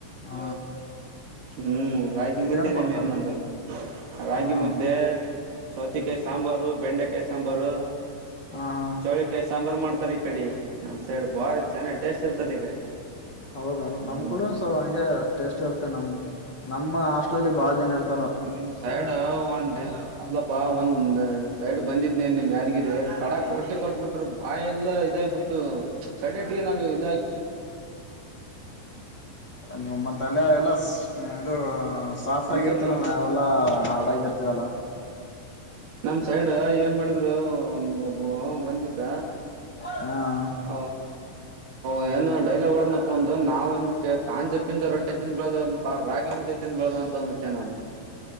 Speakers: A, on the left; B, on the right.
A: ಹ
B: ಹ್ಮ್ ರಾಗಿ
A: ಮತ್ತೇನ್
B: ಮುದ್ದೆನೆ
A: ಕೊಡ್ತಾರೆ
B: ಮೇನ್ ನಂಬಲ್ಲಿ ರಾಗಿ
A: ಹಾ
B: ಮುದ್ದೆ ಸ್ ಸೌತೆಕಾಯಿ ಸಾಂಬಾರು ಬೆಂಡೆಕಾಯಿ ಸಾಂಬಾರು
A: ಹಾ ಹಾ
B: ಚೌಳಿಕಾಯಿ ಸಾಂಬಾರು ಮಾಡ್ತ ತರ ಈ ಕಡೆ ನಮ್ಮ್ ಸೈಡ್ ಬಾರಿ ಚೆನ್ನಾಗಿ ಟೇಸ್ಟ್ ಇರತ್ತದೆ ಈ ಕಡೆ
A: ಹೌದಲ್ಲ
B: ಹ್ಮ್
A: ನಮ್ ಕಡೆನೂ ಹಂಗೆ ಟೇಸ್ಟ್ ಇರುತ್ತೆ ನಮ್ ನಮ್ಮ ಹಾಸ್ಟೆಲ್ ಅಲ್ಲಿ ಬಾಳ ಜನ ಇರ್ತಾರೆ
B: ನಿಮ್ ಸೈಡ್ ಒನ್ ೇ ಅಲ್ಲಪ ಒಂದ ಸೈಡ್. ಬಂದಿದ್ನ ನಿಮ್ಮ್ ಯಾದಗಿರಿ ಕಡಕ್ ರೊಟ್ಟಿ ಕೊಟ್ಬಿಟ್ರ ಬಾಯ ಎಲ್ಲಾ ಇದಾಗಬಿಟ್ಟು ಕಡೆಟಿಗೆ ನಾನು ಇದ.
A: ನಿವುಮ್ಮತ್ತಲೆ ಎಲ್ಲ ಇದು ಸಾಫ್ಟ್
B: ಅದಕ್ಕೆ
A: ಆಗಿರ್ತರ.
B: ನಮ್
A: ಅಲ್ಲ ಹಾಡ ಇರ್ತೀವ ಅಲ್ಲ.
B: ನಮ ಸೈಡ್ ಏನ್ ಮಾಡಿದ್ರು ಒ. ಬ ಬಂದಿದ್ದ
A: ಹ
B: ಹ. ್ಏೋ ಡೈಲಾಗ್ ಒಓಡ್ನಪ್ಪ ಒಂದು ನಾವ್ಂದ್ಬಿಟ್ಟೆ ಕಂಜ ಪಿಂಜ ರೊಟ್ಟ ತಿಂದ್ ಬೆಳ್ದ ಅಲ್ಪ ರಾಗಿ ಮುದ್ದೆ ತಿಿಂದ್ ಬೆಳ್ದ ಅಂತ ಅಂದ್ಬಿಟ್ಟೆ ನಾನು.